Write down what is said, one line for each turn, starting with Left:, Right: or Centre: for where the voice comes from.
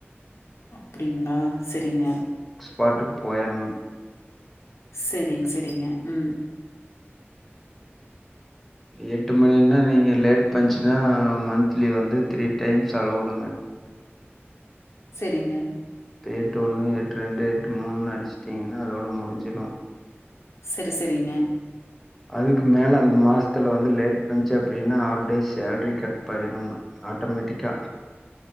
Left: அப்படிங்களா செரிங்க
Centre: பாட்டுக்கு போய்னு
Left: செரிங்க செரிங்க உம்
Centre: எட்டு மணின்னா நீங்க லேட் பஞ்ச்சுன்னா மந்த்த்லி வந்து த்ரீ டைம்ஸ் அல்லோடுங்க
Left: சரிங்க
Centre: எட்டு ஒன்னு எட்டு ரெண்டு எட்டு மூன்னு முடிஸ்ட்டீங்கன்னா அதோட முடுஞ்சிடும்
Left: சரி சரிங்க
Centre: அதுக்கு மேல அந்த மாசத்துல வந்து லேட் பஞ்ச்சு அப்டின்னா ஆஃப் டே சேலரி கட் பண்ணிடும்ங்க ஆட்டோமேட்டிக்கா